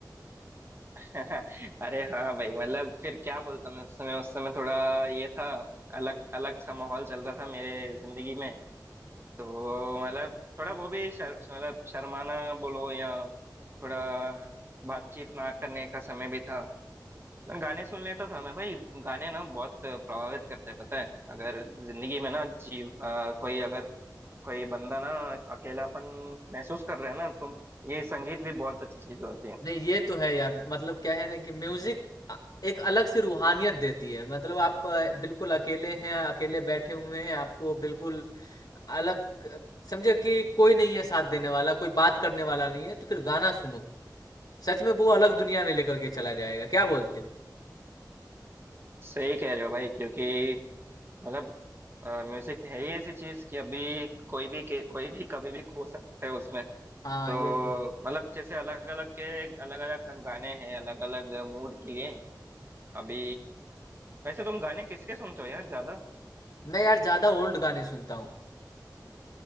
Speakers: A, on the right; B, on the left.
A: <laughs> अरे हाँ भाई मतलब फिर क्या बोलता मैं उस समय उस समय थोड़ा ये था अलग अलग सा माहौल चल रहा था मेरे जिंदगी में तो मतलब थोड़ा वो भी शर, मतलब शर्माना बोलो या थोड़ा बातचीत ना करने का समय भी था मैं गाने सुन लेता था मैं भाई गाने ना बहुत प्रभावित करते हैं पता है अगर जिंदगी में ना जी अ, कोई अगर कोई बंदा ना अकेलापन महसूस कर रहा है ना तो ये संगीत भी बहुत अच्छी चीज होती है
B: नहीं ये तो है यार मतलब क्या है ना कि म्यूजिक एक अलग सी रूहानियत देती है मतलब आप अ, बिल्कुल अकेले हैं अकेले बैठे हुए हैं आपको बिल्कुल अलग अ, समझे कि कोई नहीं है साथ देने वाला कोई बात करने वाला नहीं है तो फिर गाना सुनो सच में वो अलग दुनिया में लेकर के चला जाएगा क्या बोलते हो
A: सही कह रहे हो भाई क्योंकि मतलब म्यूजिक है ही ऐसी चीज कि अभी कोई भी के, कोई भी कभी भी खो सकते हैं उसमें
B: हाँ
A: तो
B: ये तो है।
A: मतलब जैसे अलग अलग के अलग अलग गाने हैं अलग अलग मूड के लिए अभी वैसे तुम गाने किसके सुनते हो यार ज्यादा
B: मैं यार ज्यादा ओल्ड गाने सुनता हूँ